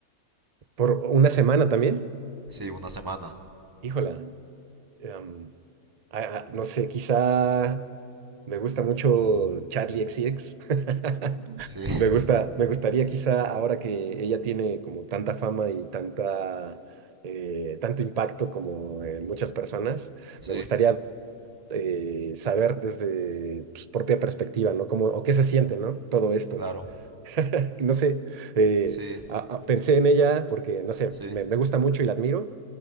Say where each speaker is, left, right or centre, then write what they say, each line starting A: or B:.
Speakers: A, on the right; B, on the right.
A: ¿Por una semana también?
B: Sí, una semana.
A: Híjola. em, a- a- no sé, quizá me gusta mucho Charlie XCX. <laughs>
B: Sí, <laughs>
A: Me gusta, me gustaría quizá ahora que ella tiene como tanta fama y tanta, eh, tanto impacto como en muchas personas,
B: Sí,
A: me gustaría eh, saber desde su propia perspectiva, ¿no? Como, o qué se siente, ¿no? Todo esto.
B: claro.
A: <laughs> No sé, eh,
B: Sí,
A: a- a- pensé en ella porque, no sé,
B: sí,
A: me, me gusta mucho y la admiro.